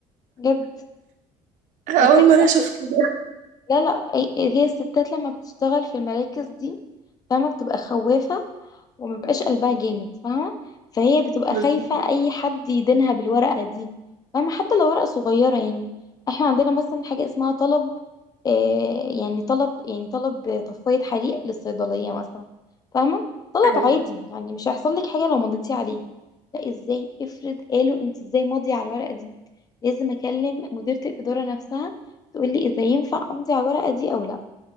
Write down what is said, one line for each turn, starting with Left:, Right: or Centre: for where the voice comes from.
Left: بجد
Right: أول
Left: وتكره
Right: مرة أشوف
Left: ال-
Right: كده
Left: لا لا أي- هي الستات لما بتشتغل في المراكز دي فاهمه بتبقى خوافه وما بقاش قلبها جامد فاهمة فهي بتبقى
Right: بالظبط
Left: خايفة أي حد يدينها بالورقة دي فاهمة حتى لو ورقة صغيرة يعني احنا عندنا مثلا حاجة اسمها طلب آه يعني طلب يعني طلب طفاية حريق للصيدلية مثلا فاهمة طلب
Right: أيوه
Left: عادي يعني مش هيحصل لك حاجة لو مضيتي عليه لا ازاي افرض قالوا انت ازاي ماضية على الورقة دي لازم اكلم مديرة الإدارة نفسها تقول لي اذا ينفع امضي على الورقة دي او لا